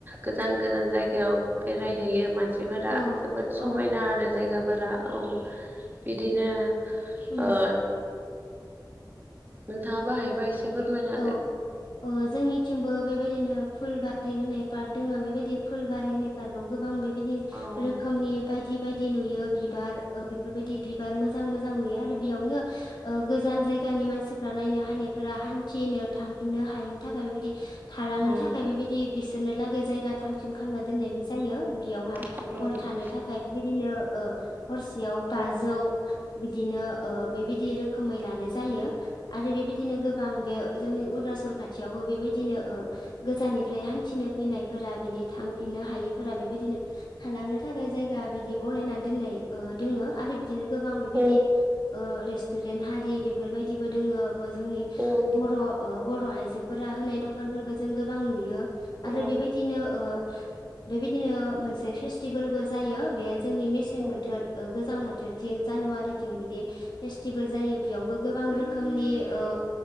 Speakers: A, on the right (about 25°); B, on the left (about 70°).
A: गोजान गोजान जायगायाव बेरायहैयो मान सिफोरा
B: औ
A: जोबोद
B: औ
A: समायना आरो जायगाफोरा औ बिदिनो,
B: उम
A: ओ नोंथाङा बो हायोबा एसे फोरमायना
B: औ औ जोंनिथिंबो बेबायदिनो फुलबारि होननाय पार्क दोङ बेबायदि, फुलबारिनि होननाय पार्काव गोबां बेबायदि
A: होदो
B: रोखोमनि बायदि बायदि नुयो। नुयो बिबार ओ बेफोरबायदि बिबार मोजां मोजां नुयो आरो बेयावनो, अ गोजान जायगानि मानसिफ्रा नायनो हायानायफोरा हान हानथिनो थांफिननो हायिनि थाखाय बेबायदि थालांनो
A: औ
B: थाखाय बेबायदि बिस दोननोलागै जायगा थाम थिम खालामना दोननायबो जे जायो बेयावहा
A: औ
B: हर थानो थाखाय बेबायदिनो ओ हरसेयाव बाजौ बिदिनो अ बेबायदि रोखोमै लानाय जायो। आरो बेबायदिनो गोबां बे जोंनि अरुणनाचल खाथियावबो बेबायदिनो ओ गोजाननिफ्राय हान्थिनो फैनायफोरा बिदि थांफिननो हायिफोरा बेबायदिनो थालांनो थाखाय जायगा बिदि बनायना दोननाय, ओ दोङो आरो बि दिनो गोबां बेबायदि
A: औ
B: अ रेस्तुरेन्ट हारि बेफोरबायदिबो दोङो जोंनि,
A: औ
B: बर' बर' आइजोफोरा होनाय दखानफोरबो जों गोबां नुयो
A: औ औ
B: आरो बेबायदिनो ओ, बेबायदिनो मोनसे फेस्टिभेलबो जायो बे जोंनि मेसें बोथोर
A: औ
B: ओ गोजां बोथ बोथोरथिं जानुवारिथिं बिदि फेस्टिभेल जायो बेयावबो गोबां रोखोमनि औ